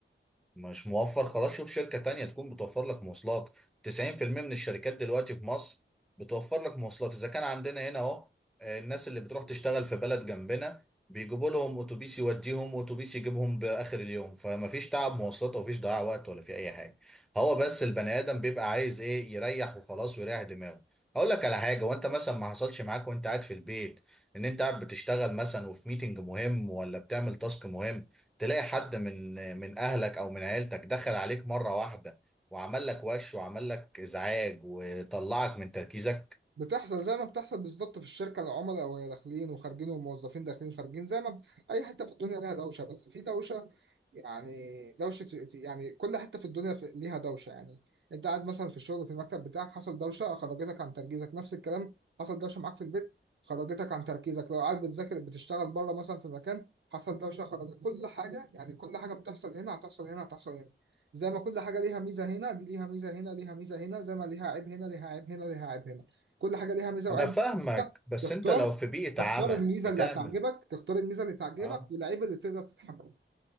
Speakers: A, in the centre; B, on the right.
A: مش موفر خلاص شوف شركة تانية تكون بتوفر لك مواصلات 90% من الشركات دلوقتي في مصر بتوفر لك مواصلات إذا كان عندنا هنا أهو آه، الناس اللي بتروح تشتغل في بلد جنبنا بيجيبوا لهم أتوبيس يوديهم وأتوبيس يجيبهم بآخر اليوم فما فيش تعب مواصلات وما فيش ضياع وقت ولا في أي حاجة هو بس البني آدم بيبقى عايز إيه يريح وخلاص ويريح دماغه هقول لك على حاجة وأنت مثلا ما حصلش معاك وأنت قاعد في البيت إن أنت قاعد بتشتغل مثلا وفي ميتنج مهم ولا بتعمل تاسك مهم تلاقي حد من من اهلك او من عيلتك دخل عليك مره واحده وعمل لك وش وعمل لك ازعاج وطلعك من تركيزك
B: بتحصل زي ما بتحصل بالظبط في الشركه العملاء وهي داخلين وخارجين والموظفين داخلين خارجين زي ما بت- اي حته في الدنيا لها دوشه بس في دوشه يعني دوشه في- يعني كل حته في الدنيا في- ليها دوشه يعني انت قاعد مثلا في الشغل في المكتب بتاعك حصل دوشه خرجتك عن تركيزك نفس الكلام حصل دوشه معاك في البيت خرجتك عن تركيزك لو قاعد بتذاكر بتشتغل بره مثلا في مكان حصل دوشه خرجت كل حاجه يعني كل حاجه بتحصل هنا هتحصل هنا هتحصل هنا زي ما كل حاجه ليها ميزه هنا دي ليها ميزه هنا ليها ميزه هنا زي ما ليها عيب هنا ليها عيب هنا ليها عيب هنا كل حاجه ليها ميزه
A: انا
B: وعيب
A: فاهمك
B: أنت
A: بس
B: تختار
A: انت لو في بيئه
B: تختار
A: عمل
B: الميزه
A: بتعمل
B: اللي هتعجبك تختار الميزه اللي تعجبك
A: اه
B: والعيب اللي تقدر تتحمله